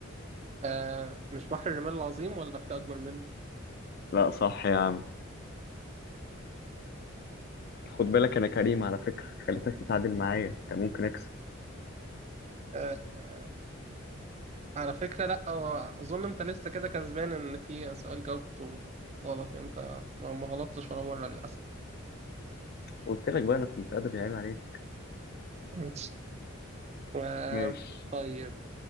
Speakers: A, on the right; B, on the left.
A: آه مش بحر الرمال العظيم ولا في أكبر منه؟
B: لا صح يا عم خد بالك انا كريم على فكرة خليتك تتعادل معايا كان ممكن اكسب
A: آه على فكرة لا هو أظن أنت لسه كده كسبان إن في سؤال جاوبته غلط يعني أنت ما ما غلطتش ولا مرة للأسف
B: قلت لك بقى انا كنت ادبي عيب عليك
A: ماشي. آه
B: ماشي
A: طيب